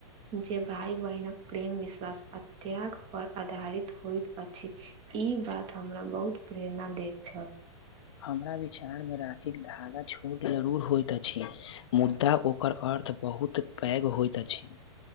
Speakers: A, on the right; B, on the left.
A: जे भाइ बहिनक प्रेम विश्वास आ त्याग पर आधारित होइत अछी। ई बात हमरा बहुत प्रेरणा दैत छल।
B: हमरा विचारमे राखिक धागा छोट जरूर होइत अछी मुद्दा ओकर अर्थ बहुत पैघ होइत अछी।